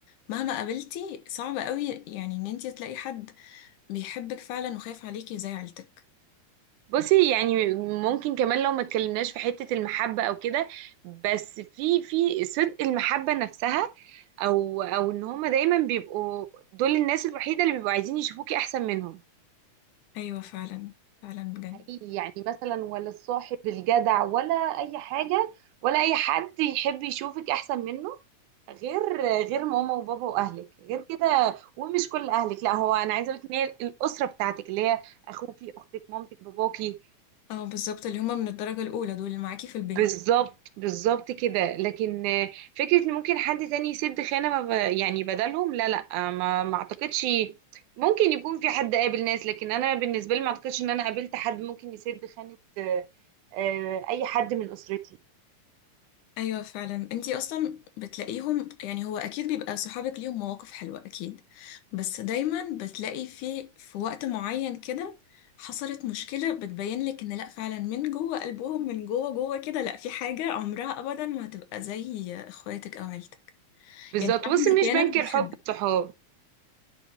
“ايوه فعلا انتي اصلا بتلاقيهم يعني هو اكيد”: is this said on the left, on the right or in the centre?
Left